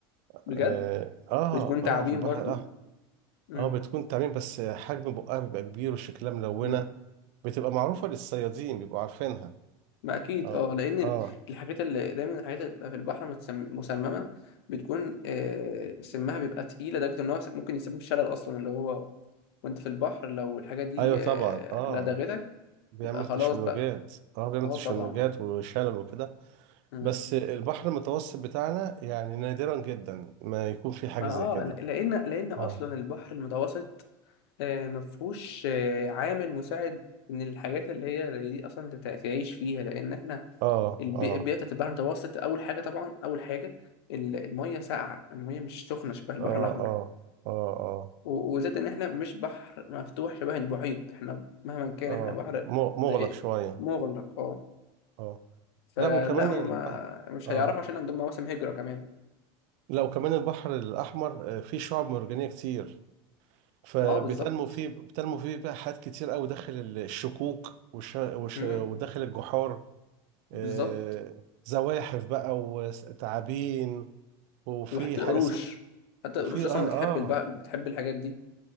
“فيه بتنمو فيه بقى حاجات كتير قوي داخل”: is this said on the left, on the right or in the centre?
Right